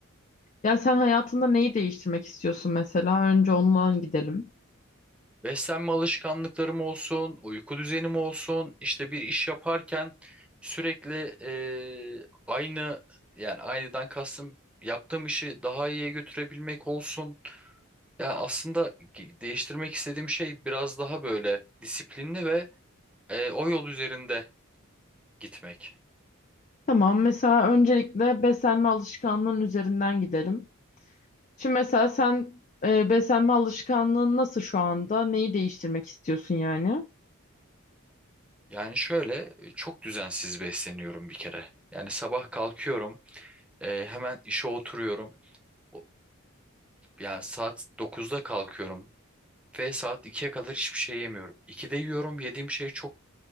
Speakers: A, on the left; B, in the centre.
A: Yani sen hayatında neyi değiştirmek istiyorsun mesela? Önce ondan gidelim.
B: Beslenme alışkanlıklarım olsun, uyku düzenim olsun, işte bir iş yaparken sürekli eee, aynı yani aynıdan kastım yaptığım işi daha iyiye götürebilmek olsun. Yani aslında ge- değiştirmek istediğim şey biraz daha böyle disiplinli ve eee, o yol üzerinde gitmek.
A: Tamam mesela öncelikle beslenme alışkanlığın üzerinden gidelim. Şimdi mesela sen e, beslenme alışkanlığın nasıl şu anda? Neyi değiştirmek istiyorsun yani?
B: Yani şöyle e, çok düzensiz besleniyorum bir kere. Yani sabah kalkıyorum, eee, hemen işe oturuyorum. O- Yani saat dokuzda kalkıyorum. Ve saat ikiye kadar hiçbir şey yemiyorum. 2'de yiyorum. Yediğim şey çok